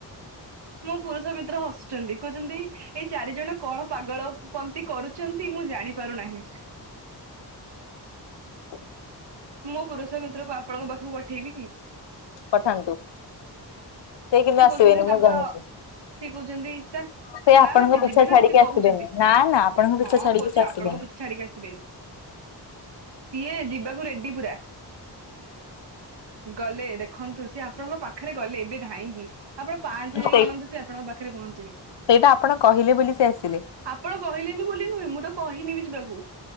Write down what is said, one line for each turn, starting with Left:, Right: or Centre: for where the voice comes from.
Right: ମୋ ପୁରୁଷ ମିତ୍ର ହସୁଛନ୍ତି କହୁଛନ୍ତି ଏଇ ଚାରି ଜଣ କଣ ପାଗଳ ପନ୍ତିୀ କରୁଛନ୍ତି ମୁଁ ଜାଣି ପାରୁନାହିଁ।
Left: ହ
Right: ମୋ ପୁରୁଷ ମିତ୍ରକୁ ଆପଣଙ୍କ ପାଖକୁ ପ ଠେଇବି କି?
Left: ପଠାନ୍ତୁ। କିନ୍ତୁ
Right: ସେ
Left: ଆସିବେନି
Right: କହୁଛନ୍ତି ତାଙ୍କର
Left: ମୁଁ ଜାଣିଛି।
Right: ସିଏ କହୁଛନ୍ତି ସେ
Left: ସେ ଆପଣଙ୍କ
Right: ନା ନା ସି
Left: ପିଛା
Right: ଯିବେ ନା
Left: ଛାଡିକି
Right: ସିଏ କହୁଛନ୍ତି।
Left: ଆସିବେନି। ନା ନା ଆପଣଙ୍କ ପିଛା
Right: ହଁ
Left: ଛାଡିକି
Right: କହୁଛି
Left: ସେ ଆସିବେନି।
Right: ଆପଣଙ୍କ ପିଛା ଛାଡିକି ଆସିବେନି। ତିଏ ଯିବାକୁ ରେଡି ପୁରା। ଗଲେ ଦେଖନ୍ତୁ ସିଏ ଆପଣଙ୍କ ପାଖରେ ଗଲେ ଏବେ ଧାଇଁ <unintelligible> ଆପଣ ପାଞ୍ଚ ଯାଇଁ
Left: ସେଇ
Right: ଗଣନ୍ତୁ ସେ ଆପଣଙ୍କ ପା ପାଖରେ ପହଞ୍ଚିବେ।
Left: ସେଇଟା ଆପଣ କହିଲେ ବୋଲି ସେ ଆସିଲେ।
Right: ଆପଣ କହିଲେନି ବୋଲି ନୁହେଁ ମୁଁ ତ କହିନି ବି ଯିବାକୁ।